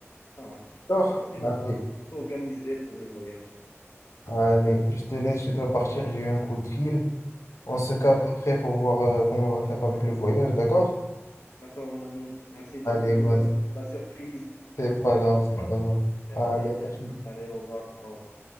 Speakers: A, on the left (about 60°); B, on the left (about 85°).
A: Ça marche,
B: D'accord,
A: ça marche, et on
B: allez,
A: va s'organiser pour le voyage.
B: allez, je te laisse, je dois partir, j'ai eu un coup de fil. On se capte
A: D'accord,
B: après pour voir euh, comment on va faire avec le voyage, d'accord?
A: D'accord, mon ami, merci beaucoup
B: Allez,
A: pour
B: vas-y,
A: la surprise.
B: c'est pas grave, c'est pas grave.
A: Merci,
B: Allez, à
A: merci.
B: tout
A: Allez, au revoir, au revoir.